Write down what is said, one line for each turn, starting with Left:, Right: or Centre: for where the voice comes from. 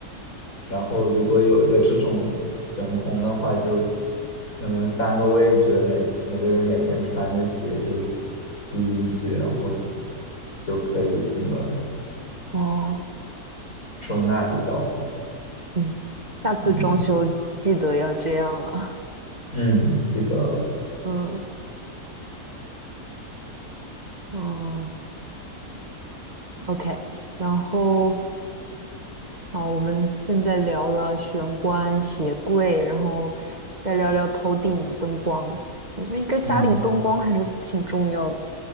Left: 然后如果有一个这种悬空的话，就可能三个位置，每每个人每天穿的鞋就踢进去，然后就可以进门。
Right: 哦，
Left: 收纳比较好。
Right: 嗯，下次装修记得要这样了。
Left: 嗯嗯，记得了。
Right: <laughs> 嗯嗯，OK。然后啊，我们现在聊了玄关、鞋柜，然后再聊聊头顶灯光。感觉一个家里灯光还是挺重要的，
Left: 嗯，